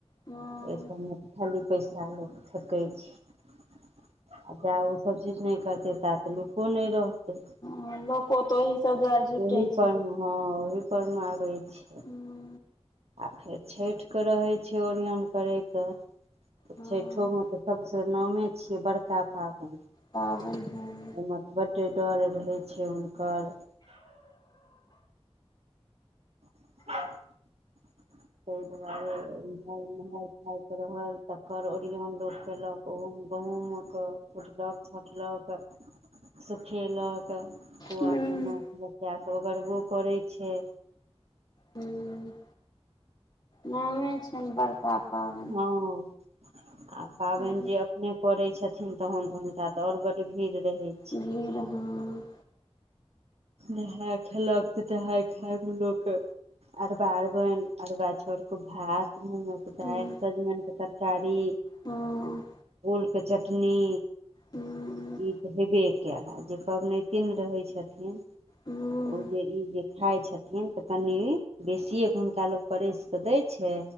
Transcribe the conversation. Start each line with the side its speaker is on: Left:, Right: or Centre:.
Left: हूँ
Right: ओय सबमे खाली पैसा लोक फेकै छै। आ जा ओ सब चीज नहि करते ता तऽ लोको नहि रहतै।
Left: हंँ लोको त ओही सब दुआरे जुटै
Right: ओहि
Left: छै
Right: पर मे हँ ओहि पर मे आबै छै।
Left: हुं।
Right: आ फेर छैठ के रहै छै ओरियान करैके तऽ
Left: हँ
Right: छैठोमे तऽ सबसँ नामे छियै बड़का पाबैन।
Left: पाबैन हं।
Right: तऽ बडे डर रहै छै हुनकर। <inaudible> तै दुआरे उमहर नहाय खायके रहल तकर ओरियान लोक केलक। ओहोम गहुम कुटलक छाँटलक। सुखेलक कौआ
Left: हूँ
Right: मेनाक बचा कऽ ओगरबो करै छै।
Left: हूँ नामे छैन बड़का पाबनि
Right: हँ।
Left: के
Right: आ पाबनि
Left: हूँ
Right: जे अपने करैत छथिन तखन तऽ हुनका तऽ और बड भीड़ रहैत छै।
Left: भीड़ हं।
Right: नहाय खेलक तऽ नहाय खाय मे लोक। अरबा अरबों, रबा चाउर कऽ भात मूँगके
Left: हँ
Right: दालि सजमनिके तरकारी।
Left: हँ।
Right: ओलके चटनी।
Left: हँ
Right: ई तऽ हेबे कयल आ जे पबनैतिन रहै छथिन
Left: हँ
Right: ओ जे ई जे खाइत छथिन तऽ कनि बेसिएके हुनका लोक परसि कऽ दै छै